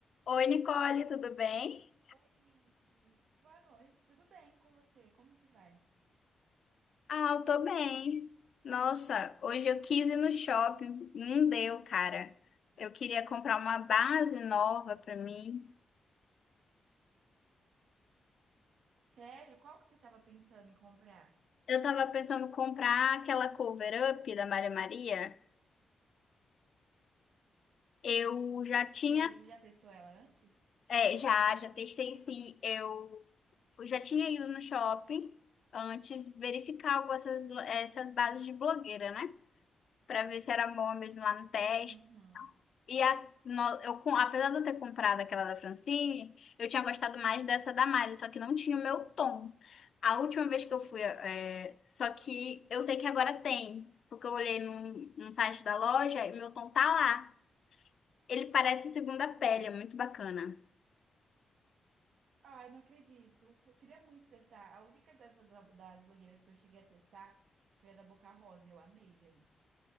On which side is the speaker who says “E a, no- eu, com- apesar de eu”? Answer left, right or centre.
Left